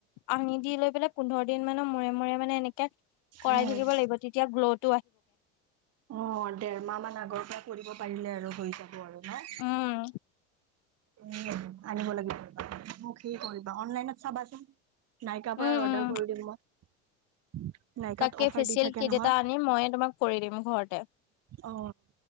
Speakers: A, on the left; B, on the right.
A: আনি দি লৈ পেলাই পোন্ধৰ। দু দিন মানৰ মূৰে মূৰে মানে এনেকে
B: অ'।
A: কৰাই থাকিব লাগিব তেতিয়া গ্লোৱ।
B: অ দেৰ মাহ মান আগৰ পৰা কৰিব পাৰিলে আৰু হৈ যাব আৰু। ন।
A: উম
B: এ আনিব লাগিব মোক হেৰী কৰিবা অনলাইনত চাবাচোন। নাইকাৰ পৰা
A: উম
B: অৰ্ডাৰ
A: উম
B: কৰি দিম মই। নাইকাত
A: তাকে
B: অফাৰ
A: ফেচিয়েল
B: দি থাকে
A: কিট
B: নহয়।
A: এটা আনি ময়ে তোমাক কৰি দিম ঘৰতে
B: অ